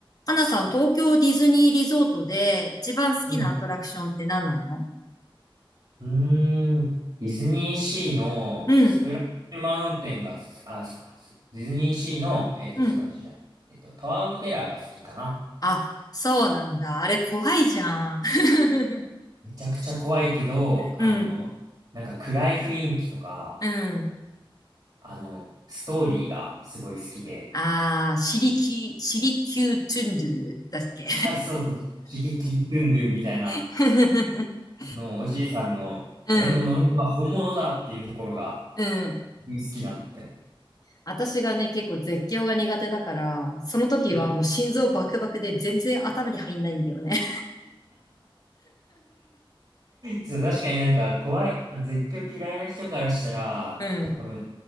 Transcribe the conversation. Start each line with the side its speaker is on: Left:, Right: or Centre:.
Left: 花さん、東京ディズニーリゾートで一番好きなアトラクションって何なの
Right: うん。うーん。ディズニーシーのスプラッシュマウンテンがす、
Left: うん、
Right: あ、すディズニーシーの、えっと、
Left: うん。
Right: スプラッシュじゃない、えっと、タワー・オブ・テラーが好きかな。
Left: あ、そうなんだ。あれ怖いじゃん。<laughs>
Right: めちゃくちゃ怖いけど、あの、
Left: うん、
Right: なんか暗い雰囲気とか、
Left: うん。
Right: あの、ストーリーがすごい好きで、
Left: ああ、シリキ、シリキュートゥンドゥだっけ
Right: あ、そうそう、刺激キドゥンドゥみたいな
Left: <laughs>
Right: の、おじいさんの、
Left: うん、
Right: あれの呪いは本物だっていうところが
Left: うん。
Right: 好きなんだよ。
Left: 私がね、結構絶叫が苦手だから、その時はもう心臓バクバクで全然頭に入んないんだよね。
Right: うん。そう、確かになんか怖い、絶叫嫌いな人からしたら、
Left: <laughs> うん、
Right: 多分、